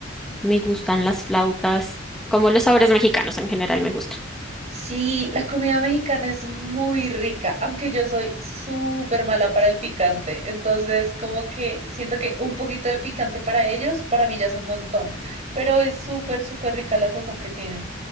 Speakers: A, in the centre; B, on the right.
A: me gustan las flautas, como los sabores mexicanos en general me gustan.
B: Sí, la comida mexicana es muy rica, aunque yo soy súper mala para el picante. Entonces, como que siento que un poquito de picante para ellos, para mí ya es un montón. Pero es súper, súper rica la sazón que tienen.